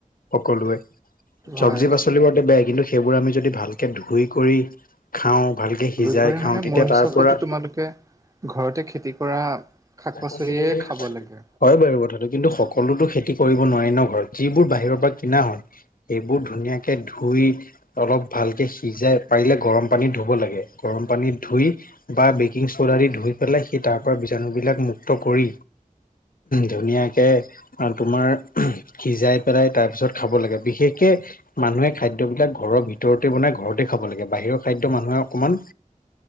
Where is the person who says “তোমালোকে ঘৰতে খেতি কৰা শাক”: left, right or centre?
Right